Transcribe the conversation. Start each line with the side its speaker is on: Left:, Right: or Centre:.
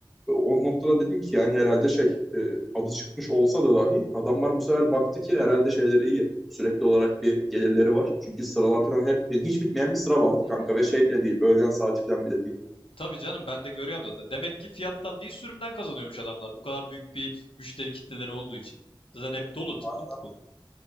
Centre: o noktada dedim ki yani herhalde şey e, adı çıkmış olsa da dahi adamlar bu sefer baktı ki herhalde şeyleri iyi. Sürekli olarak bir gelirleri var. Çünkü sıralar falan hep yani hiç bitmeyen bir sıra vardı
Left: Hı hı.
Centre: kanka ve şey bile değil. Öğlen saati falan bile değil. Yani.
Left: Tabii canım ben de görüyorum zaten. Demek ki fiyattan değil sürümden kazanıyormuş adamlar. Bu kadar büyük bir müşteri kitleleri olduğu için. Zaten hep dolu tıklım
Centre: Aynen,
Left: tıklım.